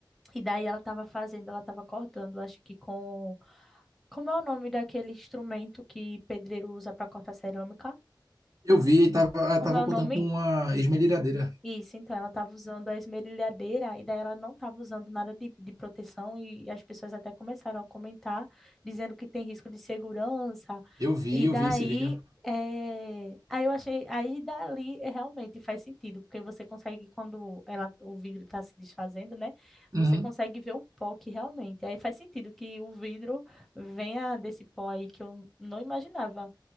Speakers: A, in the centre; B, on the right.
A: E daí ela tava fazendo, ela tava cortando, acho que com. Como é o nome daquele instrumento que pedreiro usa pra cortar cerâmica?
B: Eu vi, tava, ela
A: Como
B: tava
A: é o
B: contando
A: nome?
B: com uma esmerilhadeira.
A: Isso, então ela estava usando a esmerilhadeira e daí ela não estava usando nada de, de proteção e as pessoas até começaram a comentar, dizendo que tem risco de segurança.
B: Eu vi,
A: E
B: eu
A: daí,
B: vi esse vídeo.
A: eh, aí eu achei, aí dali eh, realmente faz sentido, porque você consegue, quando ela, o vidro está se desfazendo, né?
B: Uhum.
A: Você consegue ver o pó que realmente. Aí faz sentido que o vidro venha desse pó aí que eu não imaginava.